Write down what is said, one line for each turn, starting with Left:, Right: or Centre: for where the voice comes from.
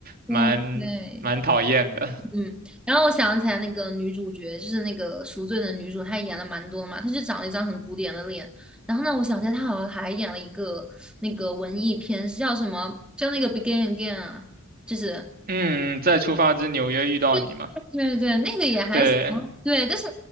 Centre: 对对。
Right: 蛮蛮讨厌的。
Centre: 嗯，然后我想起来那个女主角，就是那个赎罪的女主，她演了蛮多嘛，她就长了一张很古典的脸。然后呢，我想起来她好像还演了一个那个文艺片，是叫什么？叫那个《Begin Again》啊，就是，
Right: 嗯，嗯在出发之纽约遇到你嘛？
Centre: 对 <laughs> 对对，那个也还行，
Right: 对，
Centre: 对，但是